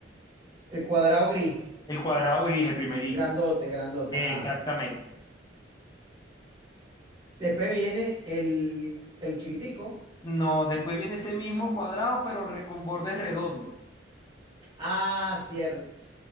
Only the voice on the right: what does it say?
el cuadrado gris,
grandote, grandote,
ajá. Después viene el, el chiquitico.
Ah, cierto.